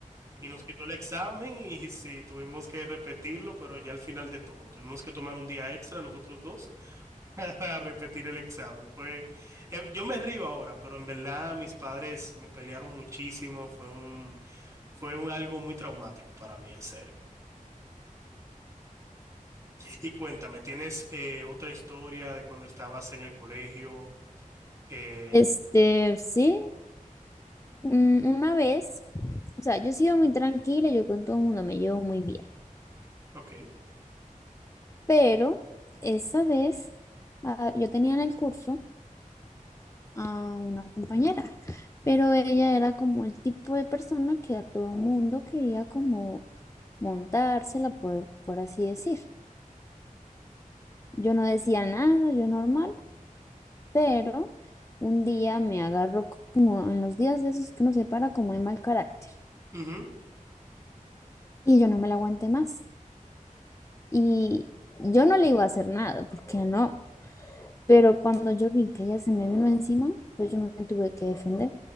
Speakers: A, on the right; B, on the left.
A: Y nos quitó el examen y sí, tuvimos que repetirlo, pero ya al final de todo, tuvimos que tomar un día extra nosotros dos <laughs> para repetir el examen. Pues em, yo me río ahora, pero en verdad mis padres me pelearon muchísimo, fue un, fue un- algo muy traumático para mí, en serio. Y cuéntame, ¿tienes eh, otra historia de cuando estabas en el colegio? Eh,
B: Este, sí, mm, una vez, o sea, yo he sido muy tranquila, yo con todo el mundo me llevo muy bien.
A: ok,
B: Pero esa vez ah, yo tenía en el curso a una compañera, pero ella era como el tipo de persona que a todo mundo quería como montársela, por, por así decir. Yo no decía nada, yo normal, pero un día me agarró como en los días de esos que uno se para como de mal carácter
A: ujú,
B: y yo no me la aguanté más. Y yo no le iba a hacer nada, porque no, pero cuando yo vi que ella se me vino encima, pues yo me tuve que defender.